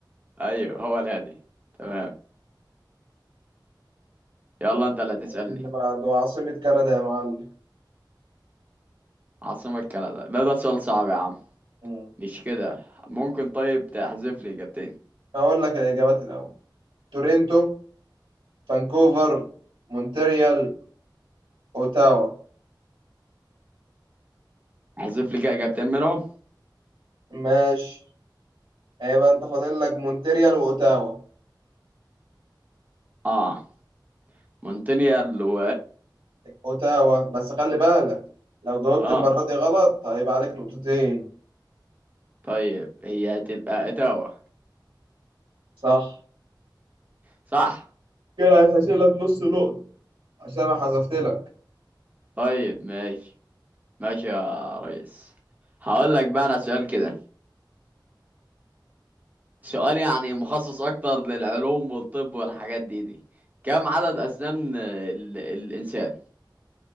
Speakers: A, on the right; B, on the right.
A: ايوه هو الهادي تمام يلا انت اللي هتسألني
B: اللي بعده عاصمة كندا يا معلم
A: عاصمة كندا لا ده سؤال صعب يا عم
B: مم.
A: مش كده ممكن طيب تحذف لي اجابتين
B: هقول لك الإجابات الأول تورنتو فانكوفر مونتريال أوتاوا
A: احذف لي كده اجابتين منهم
B: ماشي هيبقى أنت فاضل لك مونتريال وأوتاوا
A: اه مونتريال و
B: أوتاوا بس خلي بالك لو جاوبت
A: اه
B: المرة دي غلط هيبقى عليك نقطتين
A: طيب هي هتبقى اتاوا
B: صح
A: صح
B: كده هتحسب لك نص نقطة عشان أنا حذفت لك
A: طيب ماشي ماشي يا ريس هقول لك بقى انا سؤال كده سؤال يعني مخصص اكتر للعلوم والطب والحاجات دي دي كم عدد اسنان ال... الانسان